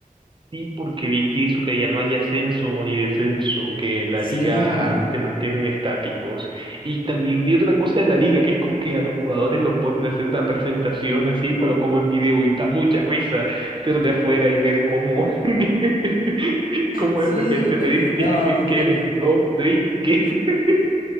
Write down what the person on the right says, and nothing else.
Sí, porque vi que eso, que ya no hay ascenso ni descenso, que la
liga
se mantienen estáticos. Y también vi otra cosa de la liga, que es como que a los jugadores los ponen a hacer una presentación así, pero como en video, y da mucha risa ser de afuera y ver cómo, <laughs> cómo
de repente
te dicen
que soy
Kevin Rodríguez. <laughs>